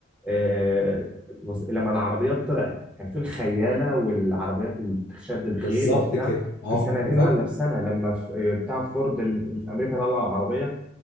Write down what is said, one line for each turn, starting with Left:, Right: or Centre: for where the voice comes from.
Centre: آه، وز- لما العربيات طلعت كان في الخياله والعربيات اللي بتشد الخيل
Left: بالظبط
Centre: وبتاع
Left: كده اه
Centre: في سنتين
Left: هو فاهم
Centre: ولا في سنه لما في- آه، بتاع فورد اللي اللي في امريكا طلع العربيه